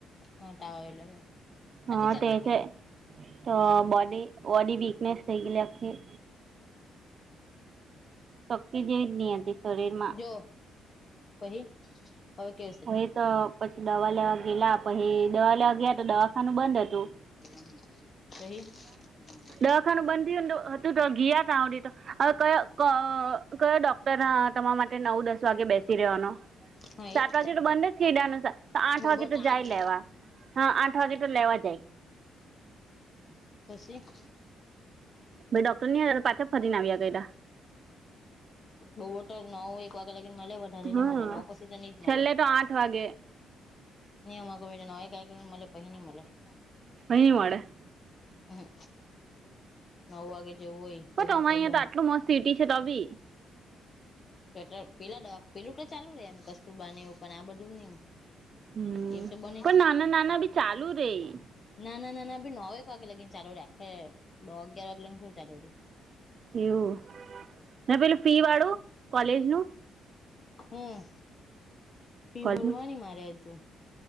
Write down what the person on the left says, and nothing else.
એલ એમને <inaudible> એલ એમને
આટલી ચાલે
હે કે
<inaudible> જો પહી હવે કેવું
છે
<inaudible> પહી પહી
હા
એજ
બોબટ
આઠ
બછી પછી
બઉ ઓટ નવ એક વાગ્યા લાગીને મળે વધારે નહી
મળે નવ પછી તો નહી જ
મળે.
<unintelligible>
હમ્મ નવ વાગે જેવું હોય
પહી
બંધ
સ્વેટર પેલા દવા પેલું તો ચાલુ રે એમ કસ્તુરબા ને એવું પણ આ બધું ની
એ તો બંધ
નાના નાના ભી નવેક વાગે લગીને ચાલુ રે આખે દહ અગિયાર વાગે લગીને થોરિ ચાલુ રે
હમ્મ ફી
ભરવાની મારે હજુ